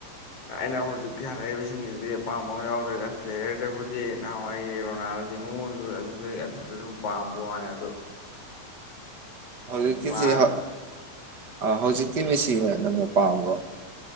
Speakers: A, on the left; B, on the right.
A: ꯑꯩꯅ ꯍꯧꯖꯤꯛ ꯍꯧꯖꯤꯛꯀꯤ ꯁꯥꯟꯅꯔꯤꯕꯁꯤꯡꯁꯤꯗꯗꯤ ꯑꯄꯥꯝꯕ ꯑꯃ ꯌꯥꯎꯗ꯭ꯔꯦ ꯄ꯭ꯂꯦꯌꯔꯗꯕꯨꯗꯤ ꯅꯍꯥꯟꯋꯥꯏ ꯔꯣꯅꯥꯜꯗꯤꯅꯨ ꯑꯗꯨꯗ ꯑꯗꯨꯗ ꯁꯨꯝ ꯄꯥꯝꯕꯣ ꯋꯥꯅꯦ ꯑꯗꯨ
B: ꯑ ꯍꯧꯖꯤ ꯀꯁꯤꯍꯥ
A: ꯃꯥ
B: ꯑ ꯍꯧꯖꯤꯛꯇꯤ ꯃꯦꯁꯤꯅ ꯅꯝꯅ ꯄꯥꯝꯕꯣ